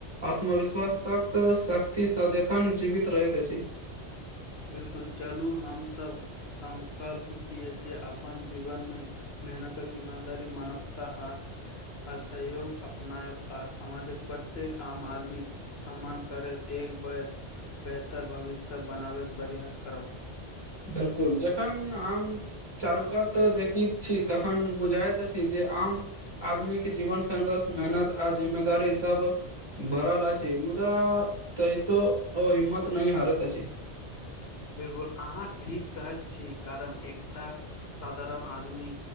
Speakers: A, on the right (about 20°); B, on the left (about 65°).
A: आत्मविश्वासक शक्ति स देखन जीवित रहैत अछि
B: बिल्कुल चलू हमसभ सङकल्प किए जे अपन जीवन में मेहनतक इानदारी मानवता आ अ सहयोग अपनायब आ समाजक प्रत्येक आम आदमी सम्मान करैत एक बेर बेहतर भविष्य बनाबैके प्रयास करब
A: बिल्कुल जेखन हम चारुकात देखित छी तन बुझाइत छी जे आम आदमीे जीवन संघर्ष मेहनत आर जिम्मेदारी सब भराल छै मुदा त तो ओ हिम्मत नहि हारैत अछि
B: बिल्कुल अहाँ ठीक कहैत छी कारण एकटा साधारण आदमी